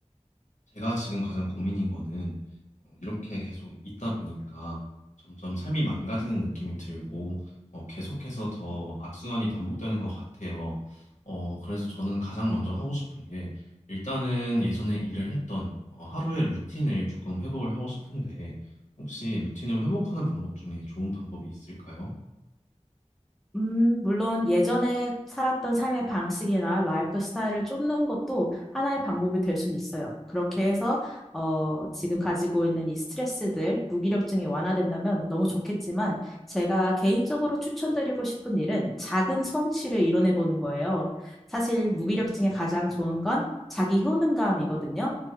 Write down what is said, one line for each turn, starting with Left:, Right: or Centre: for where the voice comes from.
Left: 제가 지금 가장 고민인 거는 어, 이렇게 계속 있다 보니까 점점 삶이 망가지는 느낌이 들고 어, 계속해서 더 악순환이 반복되는 것 같아요. 어, 그래서 저는 가장 먼저 하고 싶은 게 일단은 예전에 일을 했던 어, 하루의 루틴을 조금 회복을 하고 싶은데 혹시 루틴을 회복하는 방법 중에 좋은 방법이 있을까요?
Centre: 음, 물론 예전에 살았던 삶의 방식이나 라이프 스타일을 쫓는 것도 하나의 방법이 될 수는 있어요. 그렇게 해서, 어, 지금 가지고 있는 이 스트레스들, 무기력증이 완화된다면 너무 좋겠지만, 제가 개인적으로 추천드리고 싶은 일은 작은 성취를 이뤄내 보는 거예요. 사실 무기력증에 가장 좋은 건 자기 효능감이거든요.